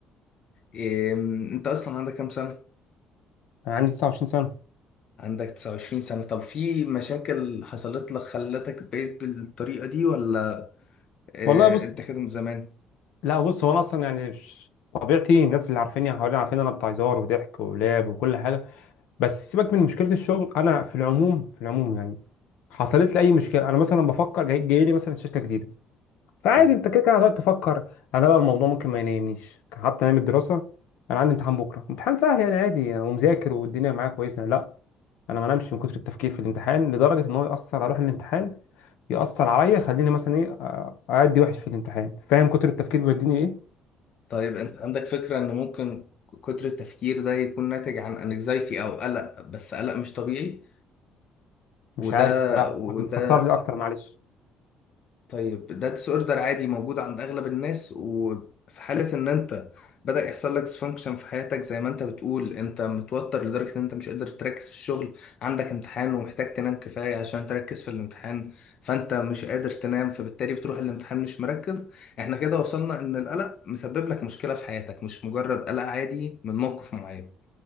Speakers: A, on the left; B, on the left.
A: أم، انت اصلا عندك كام سنة؟
B: انا عندي 29 سنه
A: عندك 29 سنة طب في مشاكل حصلت لك خلتك بقيت بالطريقة دي ولا آه،
B: والله بص
A: انت كده من زمان
B: لا بص هو انا اصلا يعني طبيعتي الناس اللي عارفيني حواليا عارفين إن انا بتاع هزار وضحك ولعب وكل حاجه بس سيبك من مشكله الشغل انا في العموم في العموم يعني حصلت لي اي مشكله انا مثلا بفكر جاي, جاي لي مثلا شركه جديده فعادي
A: اوكي
B: انت كده كده هتقعد تفكر انا بقى الموضوع ممكن ما ينامنيش حتى ايام الدراسه انا عندي امتحان بكره امتحان سهل يعني عادي انا ومذاكر والدنيا معايا كويسه لا انا ما نامش من كتر التفكير في الامتحان لدرجه ان هو ياثر على روح الامتحان ياثر عليا يخليني مثلا ايه آه، اعدي وحش في الامتحان فاهم كتر التفكير بيوديني ايه
A: طيب انت عندك فكرة ان ممكن كتر التفكير ده يكون ناتج عن انكزايتي او قلق بس قلق مش طبيعي وده
B: مش عارف الصراحه
A: وده
B: فسر لي اكتر معلش
A: طيب ده ديس اوردر عادي موجود عند اغلب الناس وفي حالة ان انت بدأ يحصل لك ديسفانكشن في حياتك زي ما انت بتقول انت متوتر لدرجة ان انت مش قادر تركز في الشغل عندك امتحان ومحتاج تنام كفاية عشان تركز في الامتحان فانت مش قادر تنام فبالتالي بتروح الامتحان مش مركز احنا كده وصلنا ان القلق مسبب لك مشكلة في حياتك مش مجرد قلق عادي من موقف معين